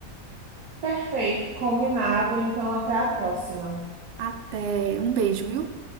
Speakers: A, on the right; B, on the right.
A: Perfeito, combinado. Então, até a próxima.
B: Até um beijo, viu?